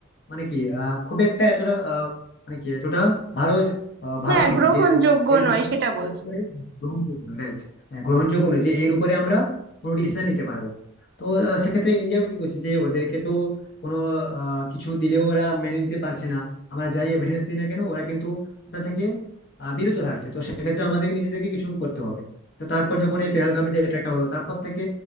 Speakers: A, on the left (about 50°); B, on the right (about 50°).
A: মানে কি আহ, খুব একটা এতটা মানে কি এতটা ভালো আহ,
B: হ্যাঁ
A: ভালো নয়
B: গ্রহণযোগ্য
A: যে এর
B: নয়
A: বিষয়ে
B: সেটা বলছে
A: উপরে গ্রহণযোগ্য নয় রাইট হ্যাঁ গ্রহণযোগ্য নয় যে এর উপরে আমরা কোনো ডিসিশন নিতে পারবো তো আহ, সেক্ষেত্রে ইন্ডিয়া কি করছে যে ওদেরকে তো কোনো আহ, কিছু দিলেও ওরা মেনে নিতে পারছে না আমরা যাই এভিডেন্স দিই না কেন ওরা কিন্তু ওটা থেকে আহ, বিরত থাকছে তো সেক্ষেত্রে আমাদেরকে নিজেদেরকে কিছু করতে হবে তো তারপর যখন এই পেহেলগামে যে অ্যাটাকটা হলো তারপর থেকে